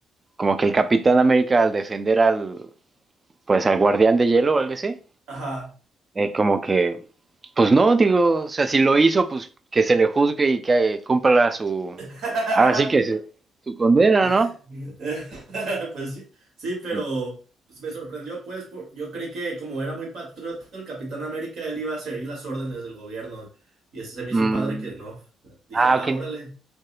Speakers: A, on the right; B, on the right.
A: como que el Capitán América al defender al, pues al Guardián de Hielo o algo así,
B: Ajá.
A: Eh, como que, pues no, digo, o sea, si lo hizo, pues que se le juzgue y que eh, cumpla su,
B: <laughs>
A: ahora sí que se- su condena, ¿no?
B: <laughs> Pues sí, sí, pero
A: Eh,
B: pues, me sorprendió, pues, por, yo creí que como era muy patriota el Capitán América, él iba a seguir las órdenes del gobierno y eso se me
A: mm,
B: hizo padre que no. Dije,
A: ah,
B: ah,
A: ok,
B: órale.